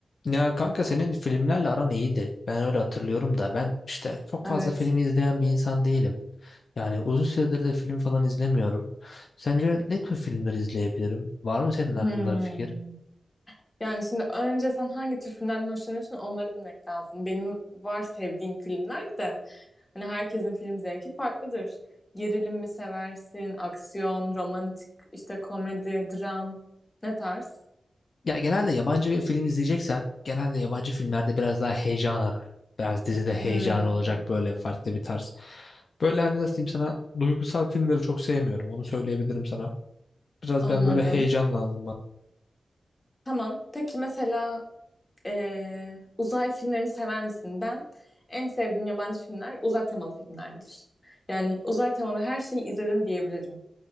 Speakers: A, on the left; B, on the left.
A: Ya kanka senin filmlerle aran iyiydi. Ben öyle hatırlıyorum da ben işte çok
B: Evet.
A: fazla film izleyen bir insan değilim. Yani uzun süredir de film falan izlemiyorum. Sence ne tür filmler izleyebilirim? Var mı senin
B: Hmm.
A: aklında bir fikir?
B: Yani şimdi önce sen hangi tür filmlerden hoşlanıyorsun onları bilmek lazım. Benim var sevdiğim filmler de hani herkesin film zevki farklıdır. Gerilim mi seversin, aksiyon, romantik, işte komedi, dram ne tarz?
A: Ya genelde yabancı bir film izleyeceksem genelde yabancı filmlerde biraz daha heyecan ararım. Biraz dizide heyecan
B: Hmm.
A: olacak böyle farklı bir tarz. Böyle hani nasıl diyeyim sana duygusal filmleri çok sevmiyorum onu söyleyebilirim sana. Biraz
B: Anladım.
A: ben böyle heyecan lazım
B: Tamam. Peki mesela eee, uzay filmlerini sever misin? Ben en sevdiğim yabancı filmler uzay temalı filmlerdir. Yani uzay temalı her şeyi izledim diyebilirim.